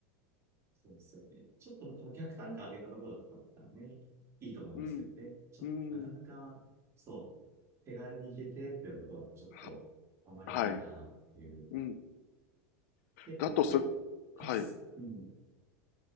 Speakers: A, on the right (about 30°); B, on the left (about 65°).
A: そうですよね。ちょっと多分客単価上げたところとかだったらね、いいと思うんですけどね。
B: うん。
A: ちょっとなかなか、
B: うん。
A: そう、手軽に行けてっていうことはちょっとあまりないなっていう。
B: は、はい。うん。
A: 結構こう、
B: だとする、
A: カプス、
B: はい。
A: うん、